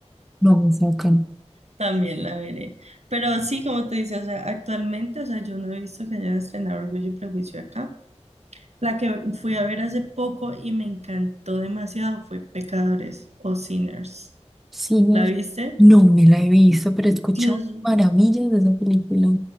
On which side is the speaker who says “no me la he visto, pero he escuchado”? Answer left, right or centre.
Centre